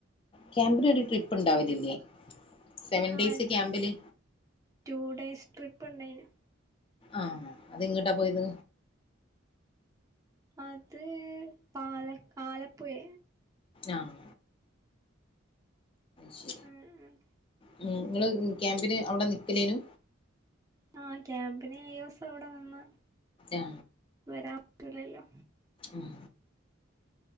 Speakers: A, on the left; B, on the right.
A: ക്യാമ്പിലൊരു ട്രിപ്പ് ഉണ്ടാവലില്ലേ സെവൻ
B: ആ
A: ഡേയ്സ് ക്യാമ്പില്
B: റ്റൂ ഡേയ്സ് ട്രി പണ്ടൈന്
A: ആഹ് അത് ഇങ്ങട്ടാ പോയത്
B: അത് പാല ആലപ്പുഴെ
A: ആഹ് ശ
B: ഉം ഉം
A: ഉം നിങ്ങള് ക്യാമ്പിന് അവിടെ നിൽക്കലേനു
B: ആഹ് ക്യാമ്പിനന് ഏഴൂസം അവിടെ നിന്ന്
A: ആ
B: പോരാൻ പറ്റൂലല്ലോ
A: ഉം